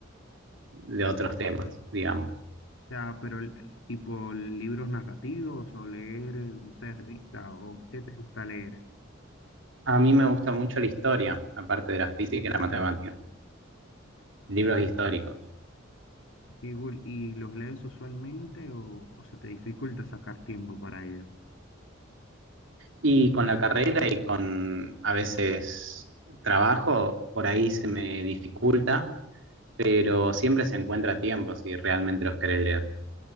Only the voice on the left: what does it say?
sea, pero el- el tipo libros narrativos o leer, no sé, revistas o qué te gusta leer.
¿no?
¿Y, gul- y los lees usualmente o, o se te dificulta sacar tiempo para ello?